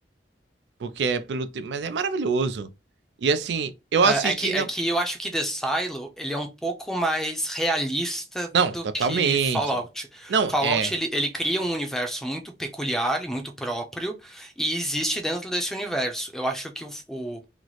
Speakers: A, on the right; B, in the centre.
A: porque é pelo tempo, mas é maravilhoso. E assim, eu
B: É
A: assisti
B: é que, é
A: na.
B: que eu acho que The Silo, ele é um pouco mais realista
A: Não,
B: do
A: totalmente.
B: que Fallout.
A: Não,
B: Fallout,
A: é.
B: ele, ele cria um universo muito peculiar e muito próprio, e existe dentro desse universo. Eu acho que o, o,